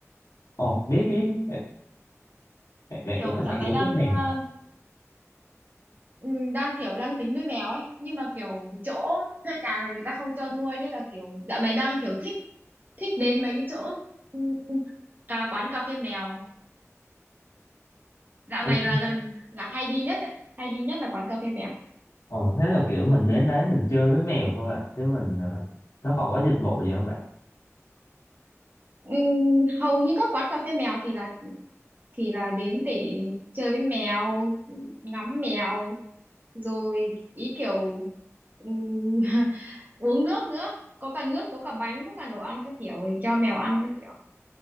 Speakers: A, on the left (about 75°); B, on the right (about 35°).
A: Ồ, biết, biết, biết. bạn, bạn, bạn
B: Kiểu
A: cũng thích, bạn
B: dạo này
A: yêu
B: đang
A: thích mèo
B: à,
A: à?
B: ừm, đang kiểu đang tính nuôi mèo ấy, nhưng mà kiểu chỗ thuê nhà này người ta không cho nuôi thế là kiểu dạo này đang kiểu thích thích đến mấy cái chỗ ừm, cà quán cà phê mèo. Dạo
A: Thích.
B: này là gần là hay đi nhất ấy, hay đi nhất là quán cà phê mèo.
A: Ồ, thế là kiểu mình đến đấy mình chơi với mèo thôi à. Chứ mình, ờ, nó còn có dịch vụ gì không bạn?
B: Ừm, hầu như các quán cà phê mèo thì là thì là đến để chơi với mèo ngắm mèo rồi ý kiểu ừm, <laughs> uống nước nữa có cả nước có cả bánh có cả đồ ăn các kiểu để cho mèo ăn các kiểu